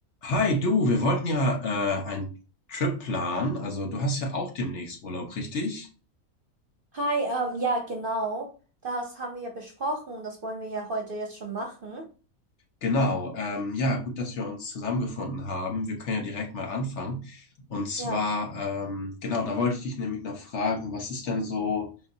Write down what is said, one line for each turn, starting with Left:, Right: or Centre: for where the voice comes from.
Left: Hi, du, wir wollten ja äh, einen Trip planen. Also du hast ja auch demnächst Urlaub, richtig?
Right: Hi, ähm, ja, genau. Das haben wir ja besprochen und das wollen wir ja heute jetzt schon machen.
Left: Genau. Ähm, ja, gut, dass wir uns zusammengefunden haben. Wir können ja direkt mal anfangen. Und zwar,
Right: Ja,
Left: ähm, genau, da wollte ich dich nämlich noch fragen, was ist denn so